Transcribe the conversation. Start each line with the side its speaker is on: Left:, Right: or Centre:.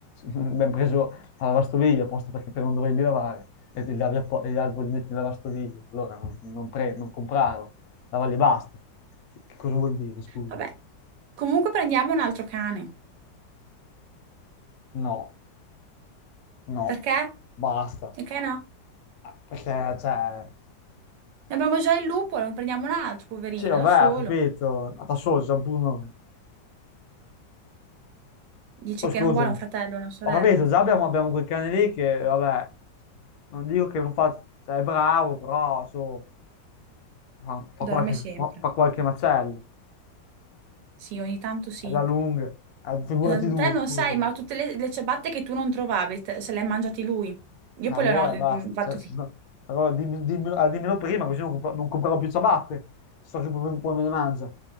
Left: <laughs> abbiamo preso la lavastoviglie apposta perché per non doverli lavare, e li lavi a po- e gli alberi li metti in lavastoviglie, allora non, non, pre- non comprarla, lavarli e basta. Che, che cosa vuol dire, scusa?
Right: Vabbè. Comunque prendiamo un altro cane.
Left: No, no,
Right: Perché?
Left: basta.
Right: Perché no?
Left: Perché, cioè,
Right: Ne abbiamo già il lupo, ne prendiamo un altro, poverino,
Left: sì, vabbè,
Right: da solo.
Left: ho capito, ma da solo siamo pure noi.
Right: Dici
Left: Poi
Right: che
Left: scusami,
Right: non vuole un fratello o una sorella.
Left: ho capito, già abbiamo, abbiamo quel cane lì che, vabbè, non dico che non fa, cioè, è bravo, però, so, fa, fa
Right: Dorme
Left: qualche,
Right: sempre.
Left: fa, fa qualche macello,
Right: Sì, ogni tanto sì.
Left: è la lunga, Eh, figurati
Right: Eh,
Left: due,
Right: Te non
Left: scusami.
Right: sai, ma tutte le, le ciabatte che tu non trovavi, te- se le hai mangiate lui. Io
Left: Allora,
Right: poi le ho
Left: basta,
Right: mm, fatto
Left: cioè, se
Right: finire.
Left: no- allora dimmi- dimmi- ah, dimmelo prima, così non, compro- non comprerò più ciabatte, so che poi, poi me le mangia.